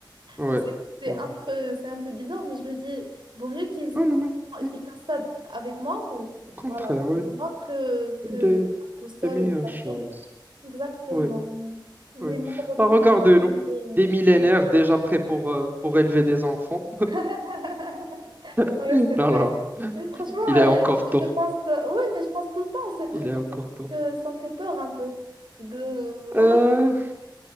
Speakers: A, on the right (about 25°); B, on the right (about 70°).
A: ouais,
B: Je sais que c'est
A: ouais.
B: un peu, c'est un peu bizarre, mais je me dis, vaut mieux qu'ils
A: Non, non, non, non,
B: qu'ils fassent ça avec moi, ou
A: au contraire,
B: voilà, près
A: oui.
B: de moi, que, que
A: Une des,
B: tout seul,
A: des meilleures
B: caché.
A: choses.
B: Exactement.
A: Oui,
B: Mais
A: oui.
B: malheureusement,
A: Bah, regarde-nous,
B: on n'a pas besoin de...
A: des millénaires
B: ouais.
A: déjà prêts pour, euh, pour élever des enfants.
B: <laughs>
A: <laughs>
B: Ouais, c'est vrai.
A: Non, non.
B: Mais franchement,
A: Il
B: euh,
A: est encore
B: je
A: temps.
B: pense, euh, ouais, mais je pense tout le temps à ce truc
A: Il est
B: en
A: encore
B: fait,
A: temps.
B: parce que ça me fait peur un peu. De, voilà,
A: Euh,